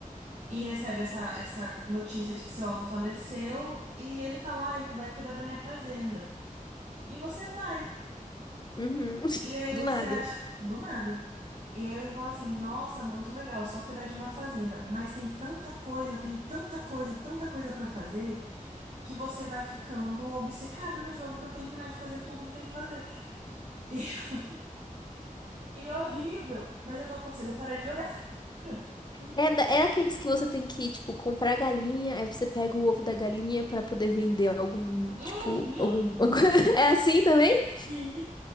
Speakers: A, on the right; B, on the left.
A: E recebe essa, essa notícia de que seu avô faleceu e ele fala, ai, vai cuidar da minha fazenda. E você vai.
B: Uhum. <laughs>
A: E aí
B: Do
A: você
B: nada.
A: acha, do nada. E aí você fala assim, nossa, muito legal, só cuidar de uma fazenda. Mas tem tanta coisa, tem tanta coisa, tanta coisa pra fazer, que você vai ficando obcecado no jogo pra terminar de fazer tudo que tem que fazer. <laughs> E, e é horrível, mas eu não consigo parar de jogar. <laughs>
B: É, da- é aqueles que você tem que, tipo, comprar galinha, aí você pega o ovo da galinha pra poder vender algum,
A: Uhum,
B: tipo, algum. <laughs> É assim também?
A: sim.